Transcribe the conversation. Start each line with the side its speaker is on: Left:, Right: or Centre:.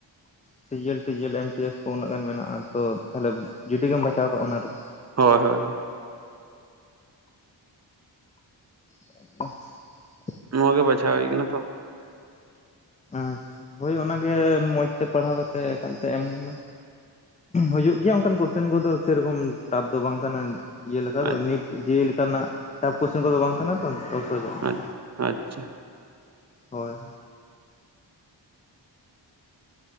Left: ᱥᱤ ᱡᱮᱞ ᱴᱤ ᱡᱮᱞ ᱮᱢ ᱴᱤ ᱮᱥ ᱩᱱᱟᱹᱜ ᱜᱟᱱ ᱢᱮᱱᱟᱜᱼᱟ ᱛᱚ ᱛᱟᱦᱚᱞᱮ ᱡᱩᱰᱤ ᱜᱮᱢ ᱵᱟᱪᱷᱟᱣ ᱠᱟᱜᱼᱟ ᱚᱱᱟ ᱨᱮᱜᱮ
Right: ᱦᱳᱭ ᱦᱳᱭ ᱦᱳᱭ
Left: ᱴ <inaudible>
Right: ᱱᱚᱣᱟ ᱜᱮ ᱵᱟᱪᱷᱟᱣ ᱦᱩᱭ ᱠᱟᱱᱟ ᱛᱚ
Left: ᱟᱪᱪᱷᱟ ᱦᱳᱭ ᱚᱱᱟᱜᱮ ᱢᱚᱸᱡᱽ ᱛᱮ ᱯᱟᱲᱦᱟᱣ ᱠᱟᱛᱮ ᱮᱠᱟᱞᱛᱮ ᱮᱢ ᱢᱮ ᱦᱩᱭᱩᱜᱳ ᱜᱮᱭᱟ ᱚᱱᱠᱟᱱ ᱠᱚᱥᱪᱮᱱ ᱠᱚᱫᱚ ᱥᱮᱨᱚᱠᱚᱢ ᱴᱟᱯᱷ ᱫᱚ ᱵᱟᱝ ᱠᱟᱱᱟ ᱤᱭᱟᱹ ᱞᱮᱠᱟ
Right: ᱟᱪᱪᱷᱟ
Left: ᱫᱚ ᱱᱤᱴ ᱡᱮ ᱤ ᱞᱮᱠᱟᱱᱟᱜ ᱴᱟᱯᱷ ᱠᱚᱳᱪᱮᱱ ᱠᱚᱫᱚ ᱵᱟᱝ ᱠᱟᱱᱟ ᱛᱚ ᱛᱚ ᱥᱚᱡᱟ ᱜᱮᱭᱟ
Right: ᱟᱪᱷ ᱟᱪᱪᱷᱟ
Left: ᱦᱳᱭ ᱦᱳᱭ